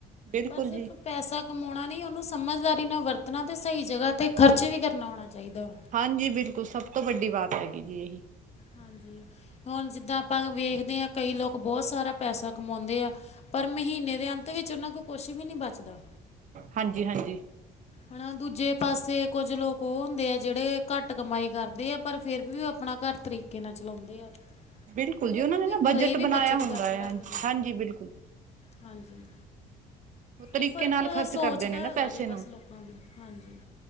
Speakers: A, on the right; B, on the left.
A: ਬਿਲਕੁਲ
B: ਪਰ ਸਿਰਫ਼
A: ਜੀ
B: ਪੈਸਾ ਕਮਾਉਣਾ ਨਈ ਉਨੂੰ ਸਮਝਦਾਰੀ ਨਾ ਵਰਤਣਾ ਤੇ ਸਈ ਜਗਾ 'ਤੇ ਖ਼ਰਚ ਵੀ ਕਰਨਾ ਆਉਣਾ ਚਾਈਦਾ ਵਾ।
A: ਹਾਂਜੀ ਬਿਲਕੁੱਲ ਸਭ ਤੋਂ ਵੱਡੀ ਬਾਤ ਹੈਗੀ ਜੀ ਏਹੀ।
B: ਹਾਂਜੀ ਹੁਣ ਜਿੱਦਾਂ ਆਪਾਂ ਵੇਖਦੇ ਆ ਕਈ ਲੋਕ ਬਹੁ ਸਾਰਾ ਪੈਸਾ ਕਮਾਉਂਦੇ ਆ ਪਰ ਮਹੀਨੇ ਦੇ ਅੰਤ ਵਿੱਚ ਉਨਾਂ ਕੋ ਕੁਛ ਵੀ ਨੀ ਬਚਦਾ।
A: ਹਾਂਜੀ-ਹਾਂਜੀ।
B: ਹਨਾ ਦੂਜੇ ਪਾਸੇ ਕੁਝ ਲੋਕ ਓ ਹੁੰਦੇ ਆ ਜੇੜੇ ਘੱਟ ਕਮਾਈ ਕਰਦੇ ਆ ਪਰ ਫੇਰ ਵੀ ਓ ਆਪਣਾ ਘਰ ਤਰੀ ਕੇ ਨਾ ਚਲਾਉਂਦੇ ਆ।
A: ਬਿਲਕੁਲ
B: ਤੇ
A: ਜੀ
B: ਓ
A: ਉਹਨਾਂ
B: ਭਵਿੱਖ
A: ਨੇ ਨਾ ਬਜਟ
B: ਲਈ ਵੀ
A: ਬਣਾਇਆ
B: ਬੱਚਤ
A: ਹੁੰਦਾ
B: ਕਰਕੇ
A: ਹੈ
B: ਰੱਖਦੇ
A: ਹਾਂਜੀ
B: ਆ,
A: ਬਿਲਕੁਲ
B: ਹਾਂਜੀ।
A: ਓ ਤਰੀਕੇ
B: ਇਹ ਫ਼ਰਕ
A: ਨਾਲ ਖਰਚ
B: ਸੋਚ
A: ਕਰਦੇ
B: ਦਾ
A: ਨੇ ਨਾ
B: ਹੈਗਾ
A: ਪੈਸੇ
B: ਜੇ ਬਸ
A: ਨੂੰ,
B: ਲੋਕਾਂ ਦੀ ਹਾਂਜੀ